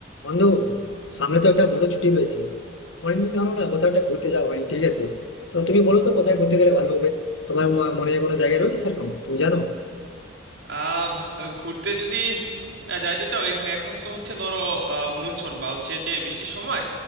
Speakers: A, on the left; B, on the right.
A: বন্ধু সামনে তো একটা বড় ছুটি রয়েছে অনেকদিন হলো না কোথাও একটা ঘুরতে যাওয়া হয়নি ঠিক আছে তো তুমি বলো তো কোথায় ঘুরতে গেলে ভালো হবে তোমার ম- মনে কোনো জায়গা রয়েছে সেরকম তুমি জানো
B: আহ ঘুরতে যদি আহ, যাইতে চাও এখ- এখন তো হচ্ছে ধরো আহ, মনসুন বা হচ্ছে যে বৃষ্টির সময়